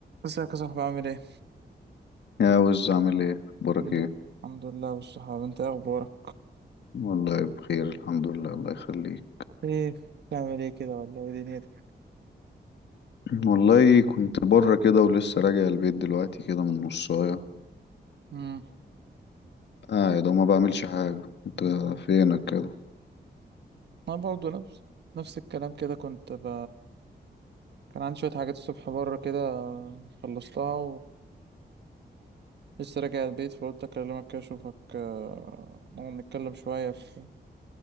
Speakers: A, on the right (about 75°); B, on the left (about 80°).
A: ازيك يا صاحبي عامل ايه؟
B: يا وز عامل ايه اخبارك
A: الحمد
B: ايه
A: الحمد لله بالصحاب انت ايه اخبارك؟
B: والله بخير الحمد لله الله يخليك
A: ايه بتعمل ايه كده ولا ايه دنيتك؟
B: والله كنت بره كده ولسه راجع البيت دلوقتي كده من نصايه
A: امم
B: قاعد وما بعملش حاجه انت فينك كده
A: انا برضه نفس نفس الكلام كده كنت ب... كان عندي شوية حاجات الصبح بره كده خلصتها ولسه راجع البيت فقلت اكلمك كده اشوفك آه، نقعد نتكلم شوية في